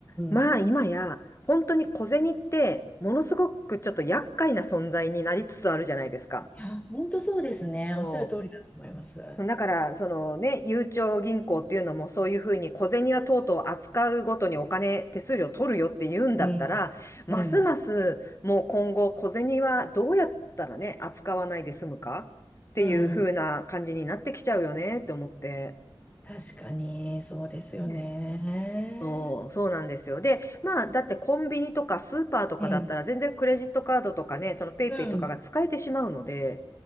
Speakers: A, on the left; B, on the left.
A: まあ今や、
B: ん。
A: 本当に小銭って、ものすごくちょっと厄介な存在になりつつあるじゃないですか。
B: いや、本当そうですね。
A: そう
B: おっしゃる通りだと思います。
A: だから、そのね、ゆうちょ銀行っていうのもそういうふうに小銭はとうとう扱うごとにお金、手数料取るよって言うんだったら、
B: うん。
A: ますますもう今後小銭はどうやったらね、
B: うん。
A: 扱わないで済むかっていうふうな感じになってきちゃうよねって思って。
B: うん。うん確かに、そうですよね。
A: ねそうそうなんですよ。で、まあ、だってコンビニとかスーパーとかだったら全然クレジットカードとかね、
B: うん。
A: そのペイペイとかが使えてしまうので、
B: うん。